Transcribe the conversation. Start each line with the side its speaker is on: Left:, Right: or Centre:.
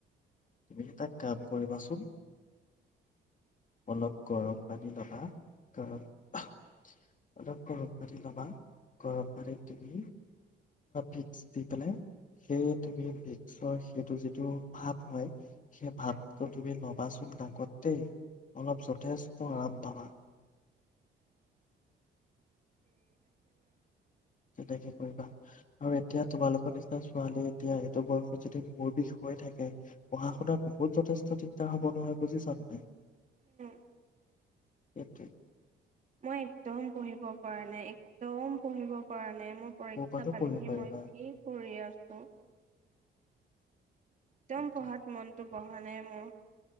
Left: তুমি তাক কাম কৰিবাচোন অলপ গৰম পানী ল'বা কাৰ ম <unintelligible> পতি ল'বা। গৰম পানীত তুমি ভিকস দি পেলাই সেই তুমি ভিকসৰ সেইটো যিটো ভাপ সেই
Right: উম
Left: ভাপটো তুমি ন ল'বাচোন নাকদেই অলপ যথেষ্ট আৰাম পাবা।
Right: ঠিক আছে বাৰু।
Left: তেনেকে কৰিবা আৰু এতিয়া তোমালোকৰ নিচিনা ছোৱালী এতিয়া এইটো বয়সত যদি মোৰ বিষ হৈ থাকে পঢ়া শুনাত বহুত যথেষ্ট দিগদাৰ হব নহয় বুজি চানে নাই?
Right: উম।
Left: স <unintelligible>
Right: মই একদম পঢ়িব পৰা নাই । একদম পঢ়িব পৰা নাই। মোৰ পৰীক্ষা
Left: ক'ৰ পৰানো
Right: পালেহি
Left: পঢ়িব পাৰিবা
Right: মই কি কৰি আছো? একদম
Left: সেইটোৱে।
Right: পঢ়াত মনটো বহা নাই মোৰ।